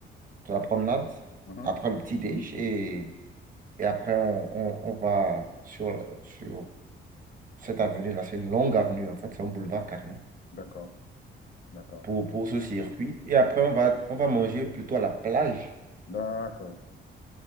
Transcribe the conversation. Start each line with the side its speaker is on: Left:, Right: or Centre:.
Right: de la promenade,
Left: <laughs>
Right: après le petit déj, et, et après on, on, on va sur, sur cette avenue là, c'est une longue avenue en fait, c'est un boulevard carrément,
Left: D'accord, d'accord,
Right: pour, pour ce circuit. Et après on va, on va manger plutôt à la plage,
Left: d'accord.